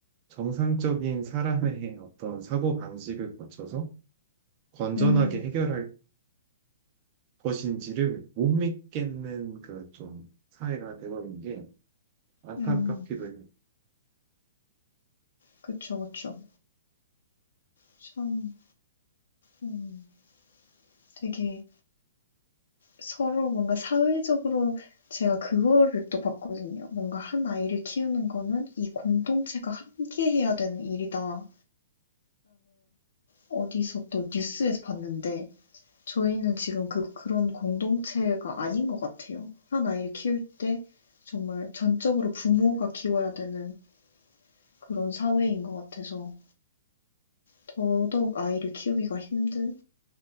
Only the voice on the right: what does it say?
정상적인 사람의 <laughs> 어떤 사고 방식을 거쳐서 건전하게
해결할 것인지를 못 믿겠는 그 좀 사회가 돼버린 게 안타깝기도
해요.